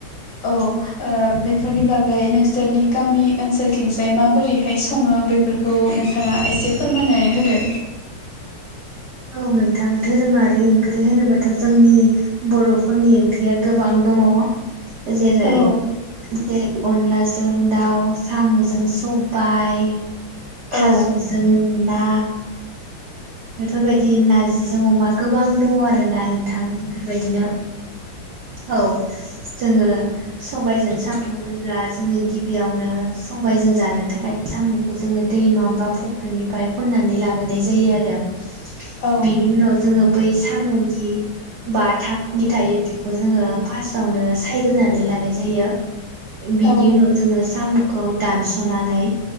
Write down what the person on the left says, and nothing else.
औ ओ बेफोरनि बागै नोंसोरनि गामि ओनसोलथिंजाय माबोरैहाय सङो? बेफोरखौ नोंथाङा एसे फोरमायना होदो।
औ
औ
औ
औ